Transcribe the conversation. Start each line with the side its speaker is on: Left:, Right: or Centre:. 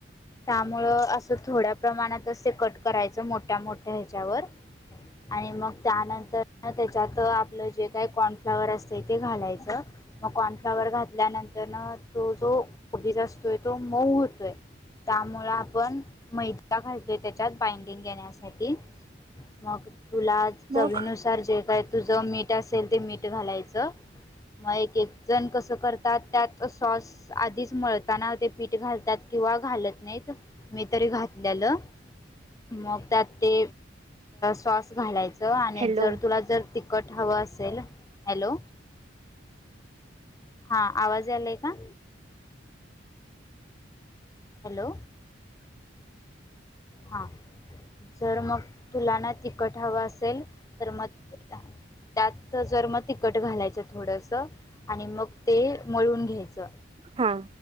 Left: त्यामुळं असं थोड्या प्रमाणातचे कट करायचं मोठ्या मोठ्या ह्याच्यावर
Right: <inaudible>
Left: आणि मग त्यानंतर त्याच्यात आपलं जे काय कॉर्नफ्लाॉवर असतं ते घालायचं कॉर्नफ्लाॉवर घातल्यानंतर तो जो को बीज असतोय तो मऊ होतोय त्यामुळे आपण मैदा घालतो य त्याच्यात बाइंडिंग घेण्यासाठी मग तुला
Right: मग
Left: चवीनुसार जे काय तुझ मी असेल ते मीठ घालायचं मग एक एक जण कस करतात त्यात सॉस आधीच मळताना ते पीठ घालतात किंवा घालत नाहीत मी तरी घातलेलं. मग त्यात ते सॉस घालायचं आणि
Right: हॅलो
Left: जर तुला जर तिखट हवं असेल? हॅलो. हा आवाज यालय का? हॅलो. हा जर मग तुलाना ती खट हवं अस तर मग त्यात जर मग तिखट घालायचं थोडस. आणि मग ते मळून घ्यायचं.
Right: हा